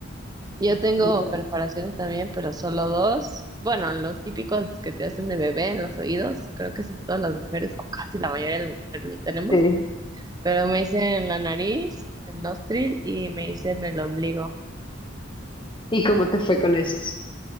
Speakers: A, on the right; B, on the left.
A: Yo tengo
B: Entonces,
A: perforaciones también, pero solo dos. Bueno, los típicos que te hacen de bebé en los oídos, creo que son todas las mujeres, o casi la mayoría de las mujeres lo tenemos,
B: sí.
A: pero me hice en la nariz, el nostril y me hice en el ombligo.
B: ¿Y cómo te fue con esos?